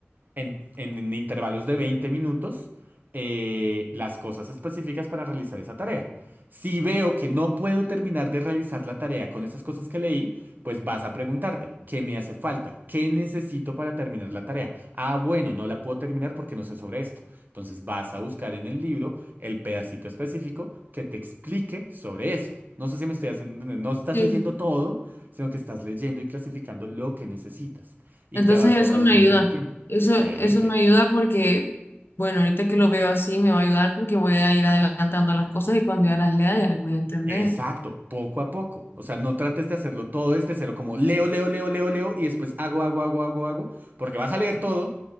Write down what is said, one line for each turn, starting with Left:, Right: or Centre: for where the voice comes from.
Right: en, en- en intervalos de 20 minutos eh, las cosas específicas para realizar esa tarea. Si veo que no puedo terminar de realizar la tarea con esas cosas que leí, pues vas a preguntarte, ¿qué me hace falta? ¿Qué necesito para terminar la tarea? Ah, bueno, no la puedo terminar porque no sé sobre esto. Entonces vas a buscar en el libro el pedacito específico que te explique sobre eso. No sé si me estoy haciendo entender. No estás
Left: Sí.
Right: leyendo todo, sino que estás leyendo y clasificando lo que necesitas. Y
Left: Entonces
Right: te vas a
Left: eso
Right: ahorrar
Left: me
Right: un
Left: ayuda.
Right: montón de tiempo.
Left: Eso,
Right: Obviamente.
Left: eso me ayuda porque, bueno, ahorita que lo veo así me va a ayudar porque voy a ir adelantando las cosas y cuando ya las lea ya las voy a entender.
Right: Exacto, poco a poco. O sea, no trates de hacerlo todo desde cero, como leo, leo, leo, leo, leo y después hago, hago, hago, hago, hago, porque vas a leer todo